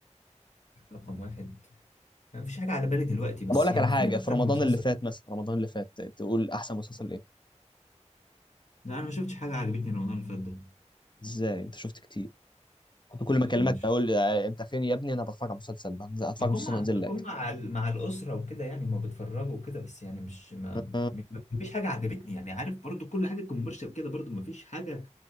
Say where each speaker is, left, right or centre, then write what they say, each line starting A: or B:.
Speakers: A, on the left; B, on the left.
A: رقم واحد ما فيش حاجة على بالي دلوقتي بس
B: طب اقول لك
A: يعني
B: على حاجه
A: في أكتر
B: في رمضان
A: من مسلسل
B: اللي فات مثلا رمضان اللي فات تقول احسن مسلسل ايه
A: لا أنا ما شفتش حاجة عجبتني رمضان اللي فات ده
B: ازاي انت شفت كتير كنت كل ما اكلمك
A: ماشي
B: اقول آه، انت فين يا ابني انا بتفرج على مسلسل بنزل اتفرج
A: بكون
B: على مسلسل
A: مع
B: وانزل
A: بكون
B: لك
A: مع ال- مع الأسرة وكده يعني ما بتفرجوا وكده بس يعني مش ما ما
B: آه،
A: ما فيش حاجة عجبتني يعني عارف برضو كل حاجة كوميرشال كده برضو ما فيش حاجة